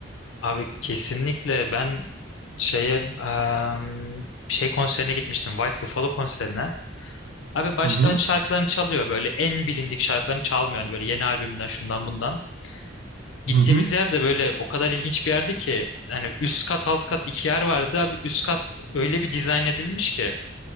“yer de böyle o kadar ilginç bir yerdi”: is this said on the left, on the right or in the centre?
Left